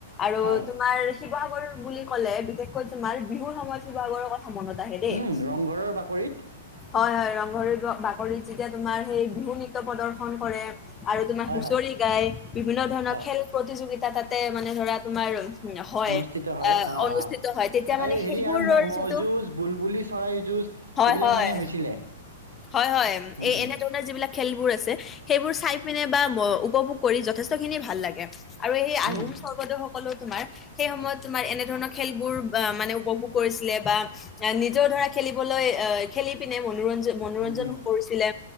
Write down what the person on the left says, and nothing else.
আৰু
তোমাৰ শিৱসাগৰ বুলি ক'লে, বিশেষকৈ তোমাৰ বিহুৰ সময়ত শিৱসাগৰৰ কথ মনত আহে। দেই
হয় হয়, ৰংঘৰৰ বাকৰিত যেতিয়া তোমাৰ সেই বিহু নৃত্য প্ৰদৰ্শন কৰে, আৰু তোমাৰ
হুচৰি
গাই, বিভিন্ন ধৰণৰ
খেল প্ৰতিযোগিতা তাতে মানে ধৰা তোমাৰ হয়
আহ
অনুষ্ঠিত হয় তেতিয়া
মানে
সেইবোৰৰ
যিটো
হয়
হয়
হয় হয়।
এ
এনে যিবিলাক খেলবোৰ আছে, সেইবোৰ চাই পিনে বা উপভোগ কৰি যথেষ্ট খিনি ভাল লাগে, আৰু এই আহু
স্বৰ্গদেউ সকলেও তোমাৰ, সেই সময়ত তোমাৰ এনে ধৰণৰ খেলবোৰ ব মানে উপভোগ কৰিছিলে বা এ নিজৰ ধৰা খেলিবলৈ আহ খেলি পিনে, মনোৰঞ্জন মনোৰঞ্জন
কৰিছিলে,